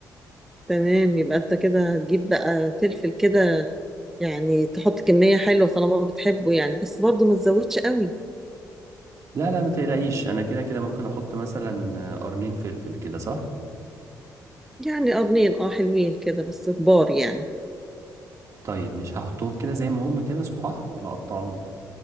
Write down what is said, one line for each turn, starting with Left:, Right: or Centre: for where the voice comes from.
Centre: تمام يبقى انت كده هتجيب بقى فلفل كده يعني تحط كمية حلوة طالما بتحبه يعني بس برضه ما تزودش قوي
Right: لا لا ما تقلقيش انا كده كده ممكن احط مثلا آه، قرنين فلفل كده صح
Centre: يعني قرنين اه حلوين كده بس كبار يعني
Right: طيب مش هحطهم كده زي ما هم كده صحاح ولا اقطعهم